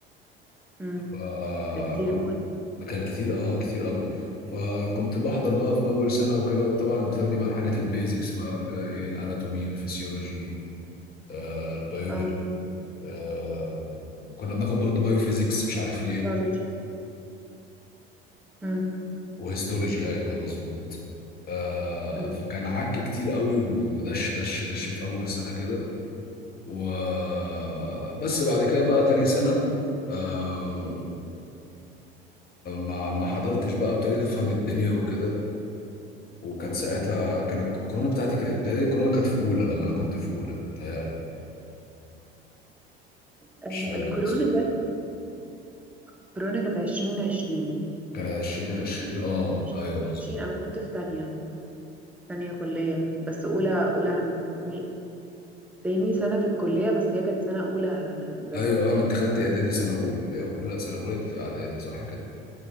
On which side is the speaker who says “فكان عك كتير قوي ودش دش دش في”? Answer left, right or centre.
Left